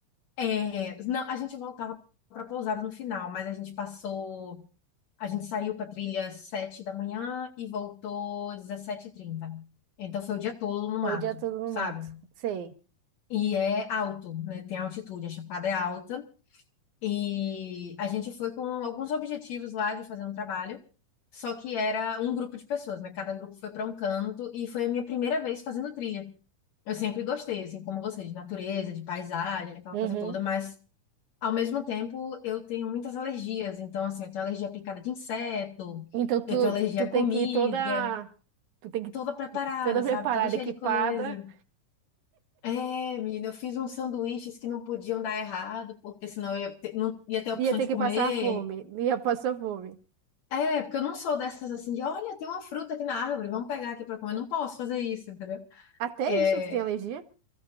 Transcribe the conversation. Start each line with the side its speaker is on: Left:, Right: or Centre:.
Left: é, não, a gente voltava para pousada no final, mas a gente passou, a gente saiu para trilha 7 da manhã e voltou dezessete e trinta. Então foi o dia todo no
Right: Foi
Left: mato,
Right: o dia todo no
Left: sabe?
Right: mato. Sei.
Left: E é alto, né? Tem altitude, a chapada é alta. E a gente foi com alguns objetivos lá de fazer um trabalho, só que era um grupo de pessoas, né? Cada grupo foi para um canto e foi a minha primeira vez fazendo trilha. Eu sempre gostei, assim, como você, de natureza, de paisagem, aquela
Right: Uhum.
Left: coisa toda, mas Ao mesmo tempo, eu tenho muitas alergias. Então, assim, eu tenho alergia à picada de inseto,
Right: Então tu,
Left: eu tenho alergia
Right: tu
Left: à
Right: tem
Left: comida,
Right: que ir toda, tu tem que ir
Left: toda preparada,
Right: toda
Left: sabe?
Right: preparada,
Left: Toda cheia
Right: equipada,
Left: de coisa. É, menina, eu fiz uns sanduíches que não podiam dar errado, porque senão eu ia ter, não ia ter a opção
Right: ia ter
Left: de
Right: que
Left: comer.
Right: passar fome, ia passar fome.
Left: É, porque eu não sou dessas assim de, olha, tem uma fruta aqui na árvore, vamos pegar aqui pra comer. Eu não posso fazer isso, entendeu?
Right: Até
Left: é
Right: isso tu tem alergia?